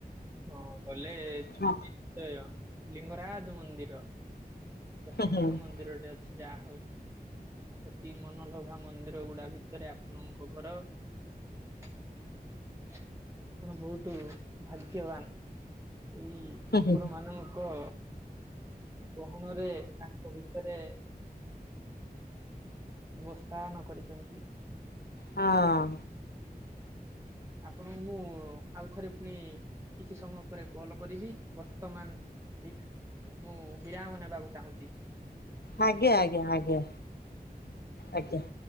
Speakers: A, on the right; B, on the left.
A: ହଁ ଗଲେ ଯ
B: ହୁଁ
A: ନିଶ୍ଚୟ ଲିଙ୍ଗରାଜ ମନ୍ଦିର। ପ୍ରସିଦ୍ଧ
B: ହୁଁ
A: ମନ୍ଦିରଟେ ଅଛି ଯାହା ହଉ। ଅତି ମନଲୋଭା ମନ୍ଦିର ଗୁଡା ଭିତରେ ଆପଣଙ୍କ ଘର। ଆପଣ ବହୁତ ଭାଗ୍ୟବାନ। ଏଇ ଠାକୁର
B: ହୁଁ
A: ମାନଙ୍କ ଗହଣ ରେ ତାଙ୍କ ଭିତରେ। ଅବସ୍ଥାନ କରିଛନ୍ତି।
B: ହଁ।
A: ଆପଣଙ୍କୁ ମୁଁ। ଆଉ ଥରେ ପୁଣି କିଛି ସମୟ ପରେ କଲ କରିବି ବର୍ତ୍ତମାନ ଏଇ ମୁଁ ବିରାମ ନେବାକୁ ଚାହୁଁଛି।
B: ଆଜ୍ଞା ଆଜ୍ଞା ଆଜ୍ଞା ଆଜ୍ଞା।